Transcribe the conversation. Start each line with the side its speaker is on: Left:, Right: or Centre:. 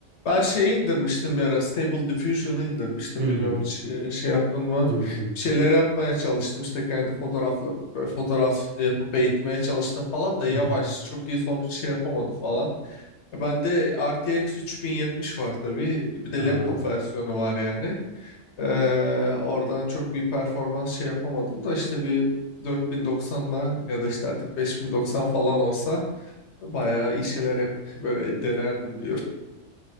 Left: Ben şeyi indirmiştim bir ara. Stable Diffusion'ı indirmiştim.
Right: Hmm,
Left: Bilmiyorum hiç e, şey yaptın mı?
Right: duydum.
Left: Bir şeyler yapmaya çalıştım. işte kendi fotoğrafla böyle fotoğraf yapıp eğitmeye çalıştım falan da yavaş.
Right: Hı hı.
Left: Çok iyi sonuç şey yapamadı falan. E, Bende RTX 3070 var tabii. Bir de
Right: Aa.
Left: laptop versiyonu var yani. Ee, oradan çok bir performans şey yapamadım da işte bir 4090'la ya da işte artık 5090 falan olsa bayağı iyi şeyler yap <laughs> böyle denerdim